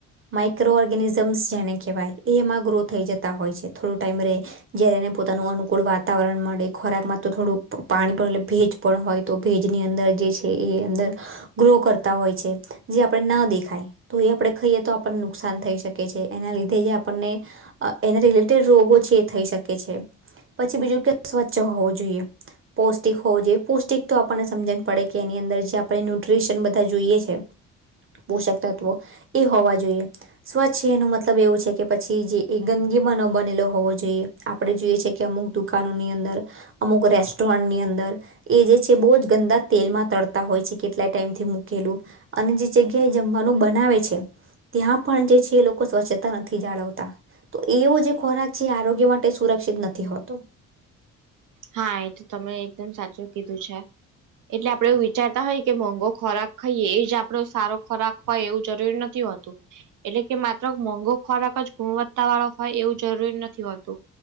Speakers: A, on the right; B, on the right.
A: માઈક્રો ઓર્ગેનિઝમ્સ જેને કહેવાય, એ એમાં ગ્રો થઈ જતા હોય છે, થોડો ટાઈમ ર જ્યારે ને અનુકૂળ વાતાવરણ મળે, ખોરાક માં તો થોડું પાણી પણ એટ પણ હોય ની અંદર જે છે, એ અંદર ગ્રો કરતા હોય છે. જે આપડણે ના દેખાય તો, એ આપડે ખાઈએ તો આપણને નુકસાન થઈ શકે છે, એના લીધે જે આપને એના રિલેટેડ રોગો છે, એ થઈ શકે છે. પછી બીજું કે સ્વચ્છ હોવું જોઈએ. પૌષ્ટિક હોવું જોઈએ, પૌષ્ટિક તો આપણને સમજને પડે કે, એની અંદર જે આપણે ન્યુટ્રીશન બધા જોઈએ છે. પોષક તત્વો એ હોવા જોઈએ, સ્વચ્છ એ ન મતલબ એવું છે કે. પછી જે એ ગંદગીમાં ન બનેલો હોવો જોઈએ, આપણે જોઈએ છે કે, અમુક દુકાનોની અંદર અમુક રેસ્ટોરન્ટની અંદર એ જે છે બહુ જ ગંદા તેલમાં તળતા હોય છે કેટલા ટાઈમથી મૂકેલું અને જે જગ્યાએ જમવાનું બનાવે છે ત્યાં પણ જે છે એ લોકો સ્વચ્છતા ન થી જાળવતા તો એવો જે ખોરાક છે એ આરોગ્ય માટે સુરક્ષિત નથી હોતો.
B: હા એ તો તમે એકદમ સાચું કીધું છે. એટલે આપડે એવું વિચારતા હોય મોંઘો ખોરાક એજ આપડો સારો ખોરાક હોય એવું જરૂરી નથી હોતું. એટલે કે માત્ર મોંઘો ખોરાક જ ગુણવત્તા વાળો હોય એવું જરૂરી નથી હોતું.